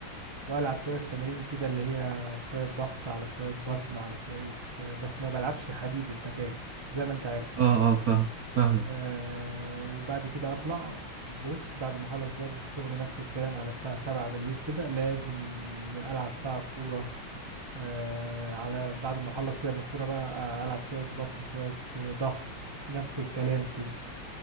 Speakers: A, on the right; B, on the right.
A: والعب شويه تمارين كده اللي هي شويه ضغط على شويه بطن على شويه آه، بس ما بلعبش حديد انت فاهم زي ما انت عارف يعني
B: اه اه فاهم فاهم
A: أه وبعد كده اطلع الدش بعد ما اخلص برضو الشغل نفس الكلام على الساعه 7 بالليل كده لازم العب ساعه كوره أه على بعد ما اخلص لعب الكوره بقى العب شويه بطن شويه آه، ضغط نفس الكلام كده